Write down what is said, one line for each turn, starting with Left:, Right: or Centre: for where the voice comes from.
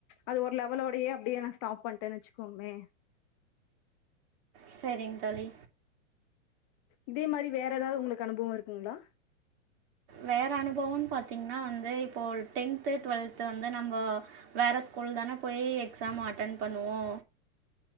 Left: அது ஒரு லெவலோடையே அப்படியே நா ஸ்டாப் பண்ட்டேன் வச்சுக்கோங்களே
Right: சரிங் தோழி
Left: இதே மாரி வேற எதாவது உங்களுக்கு அனுபவம் இருக்குங்களா
Right: வேற அனுபவன்னு பாத்தீங்கன்னா வந்து இப்போ டென்த்து டுவெல்த் வந்து நம்ப வேற ஸ்கூல் தான போய் எக்ஸாம் அட்டென் பண்ணுவோ